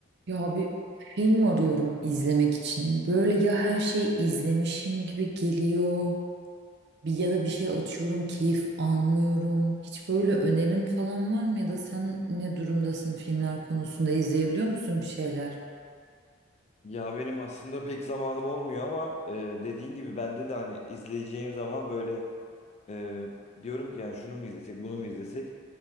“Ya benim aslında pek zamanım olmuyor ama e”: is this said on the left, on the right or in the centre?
Left